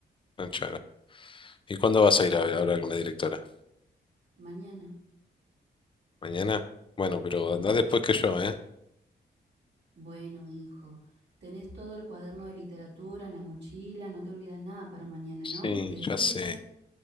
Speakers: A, on the left; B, on the right.
A: plancharlo. ¿Y cuándo vas a
B: Te-
A: ir a
B: Sí,
A: ver a hablar con la directora?
B: mañana.
A: ¿Mañana? Bueno, pero
B: Sí.
A: andá después que yo, ¿eh?
B: Bueno, hijo, tenés todo el cuaderno de literatura en la mochila, no te olvidas nada para mañana,
A: Sí,
B: ¿no? Que después
A: ya sé.
B: estás,